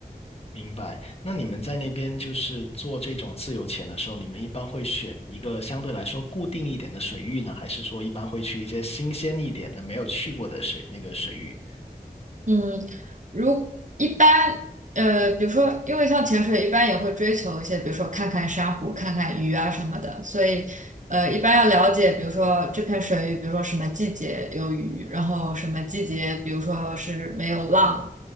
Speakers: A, on the left; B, on the right.
A: 明白。那你们在那边就是做这种自由潜的时候，你们一般会选一个相对来说固定一点的水域呢，还是说一般会去一些新鲜一点的、没有去过的水那个水域？
B: 嗯，如一般，呃，比如说，因为像潜水，一般也会追求一些，比如说看看珊瑚、看看鱼啊什么的，所以，呃，一般要了解，比如说这片水域，比如说什么季节有鱼，然后什么季节，比如说是没有浪，